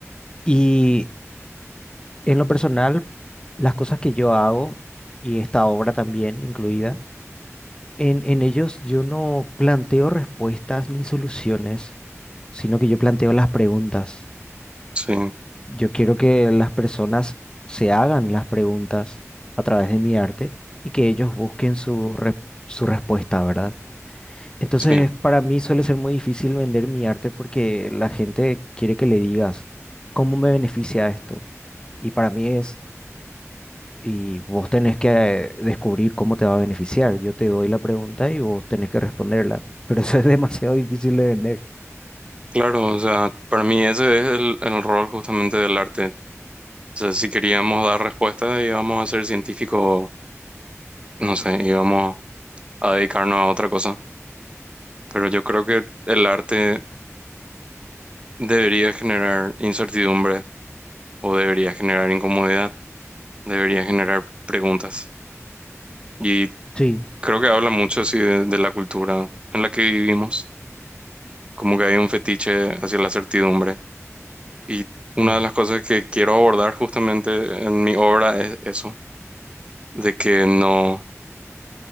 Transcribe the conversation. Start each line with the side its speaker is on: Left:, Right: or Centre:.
Left: Y En lo personal, las cosas que yo hago, y esta obra también incluida, en, en ellos yo no planteo respuestas ni soluciones, sino que yo planteo las preguntas.
Right: sí,
Left: Yo quiero que las personas se hagan las preguntas a través de mi arte y que ellos busquen su, re- su respuesta, ¿verdad? Entonces,
Right: sí.
Left: para mí suele ser muy difícil vender mi arte porque la gente quiere que le digas, ¿cómo me beneficia esto? Y para mí es Y vos tenés que eh, descubrir cómo te va a beneficiar. Yo te doy la pregunta y vos tenés que responderla. <laughs> Pero eso es demasiado difícil de vender.
Right: Claro, o sea, para mí ese es el, el rol justamente del arte. O sea, si queríamos dar respuesta, íbamos a ser científicos, no sé, íbamos a dedicarnos a otra cosa. Pero yo creo que el arte debería generar incertidumbre o debería generar incomodidad, debería generar preguntas. Y
Left: Sí.
Right: creo que habla mucho así de de la cultura en la que vivimos como que hay un fetiche hacia la certidumbre. Y una
Left: Mm.
Right: de las cosas que quiero abordar justamente en mi obra es eso, de que no,